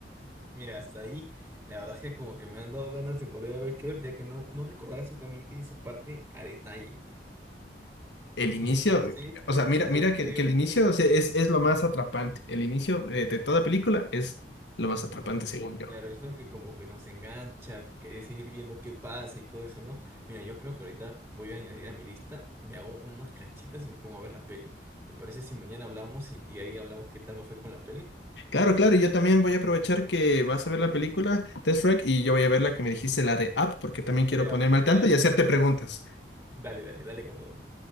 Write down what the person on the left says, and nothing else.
El inicio,
eh, o sea, mira,
mira
que, que el inicio
o sea, es, es lo más atrapante. El inicio eh,
de toda película es lo más atrapante, según yo.
Claro, claro, y yo también voy a aprovechar que vas a ver la película Test Track y yo voy a ver la que me dijiste, la de Up, porque también
quiero ponerme
al tanto
y hacerte preguntas.